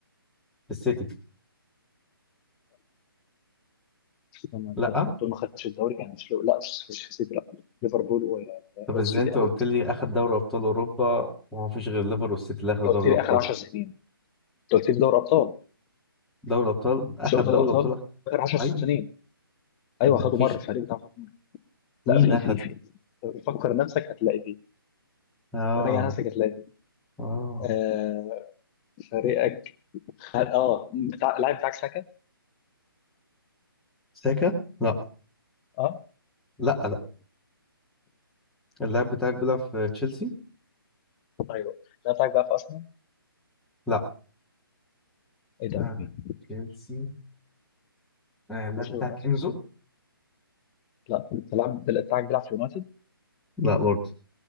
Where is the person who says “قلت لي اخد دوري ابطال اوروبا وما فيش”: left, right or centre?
Centre